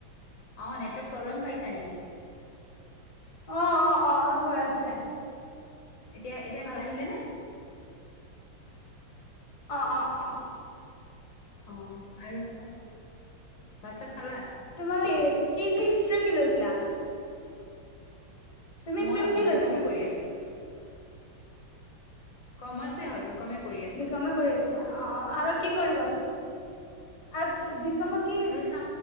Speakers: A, on the left; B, on the left.
A: অ' নেটৱৰ্ক প্ৰব্লেম পাইছা নেকি?
B: অ', অ', অ' অলপ হৈ আছে।
A: এতিয়া এতিয়া ভাল আহিলে নে?
B: অ', অ', অ'।
A: অ' আৰু কোৱা, ভাত চাত খালা?
B: তোমালোক কি এইটো ষ্ট্ৰিম কি লৈছিলা? তুমি
A: মইও
B: ষ্ট্ৰীম কি লৈছা
A: বি কমে কৰি আছোঁ। কমাৰ্চে হয়। কমে কৰি আ
B: বিকমে কৰি আছা অ' আৰু কি কৰিবা? আৰু বিকমৰ কি
A: আৰু